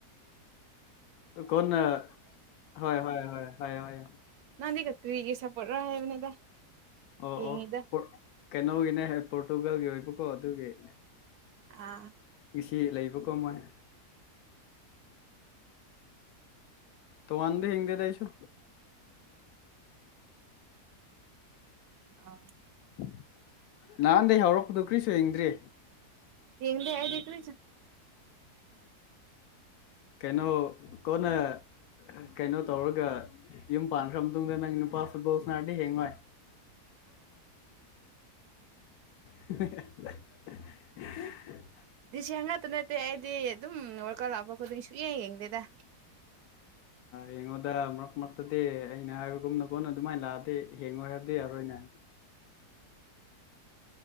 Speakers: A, on the left (about 75°); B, on the right (about 75°).
A: ꯀꯣꯟꯅ ꯍꯣꯏ ꯍꯣꯏ ꯍꯣꯏ ꯍꯣꯏ ꯍꯣꯏ
B: ꯅꯪꯗꯤ ꯀꯔꯤꯒꯤ ꯁꯞꯄꯣꯔꯠꯔ ꯍꯥꯏꯕꯅꯤꯗ
A: ꯑꯣ
B: ꯌꯦꯡꯉꯤꯗ
A: ꯑꯣ ꯀꯩꯅꯣꯒꯤꯅꯦ ꯄꯣꯔꯇꯨꯒꯜꯒꯤ ꯑꯣꯏꯕꯀꯣ ꯑꯗꯨꯒꯤꯅꯦ
B: ꯑꯥ
A: ꯉꯁꯤ ꯂꯩꯕ ꯀꯣꯃꯣꯏ ꯇꯣꯉꯥꯟꯅ ꯌꯦꯡꯗꯦꯗ ꯑꯩꯁꯨ
B: ꯑꯥ
A: <unintelligible> ꯅꯍꯥꯟꯗꯩ ꯍꯧꯔꯛꯄꯗꯨ ꯀꯔꯤꯁꯨ ꯌꯦꯡꯗ꯭ꯔꯤ
B: ꯌꯦꯡꯗꯦ ꯑꯩꯗꯤ ꯀꯔꯤꯁꯨ
A: ꯀꯩꯅꯣ ꯀꯣꯟꯅ ꯀꯩꯅꯣ ꯇꯧꯔꯒ ꯌꯨꯝ ꯄꯥꯟꯈ꯭ꯔ ꯃꯇꯨꯡꯗ ꯅꯪ ꯅꯨꯄꯥ ꯐꯨꯠꯕꯣꯜ ꯁꯥꯟꯅꯔꯗꯤ ꯍꯌꯦꯡ ꯋꯥꯢ <unintelligible>
B: ꯗꯤ ꯁꯤ ꯍꯟꯗꯛꯇ ꯅꯠꯇꯦ ꯑꯩꯗꯤ ꯑꯗꯨꯝ ꯋꯥꯔꯜꯀꯞ ꯂꯥꯛꯄ ꯈꯨꯗꯤꯡ ꯁꯨꯛꯌꯦꯡ ꯌꯦꯡꯗꯦꯗ
A: ꯌꯦꯡꯉꯨꯗ ꯃꯔꯛ ꯃꯔꯛꯇꯗꯤ ꯑꯩꯅ ꯍꯥꯏꯕꯒꯨꯝꯅ ꯀꯣꯟꯅ ꯑꯗꯨꯃꯥꯏꯅ ꯂꯥꯛꯑꯗꯤ ꯌꯦꯡꯉꯣꯏ ꯍꯥꯏꯕꯗꯤ ꯌꯥꯔꯣꯏ ꯍꯣꯏꯅꯦ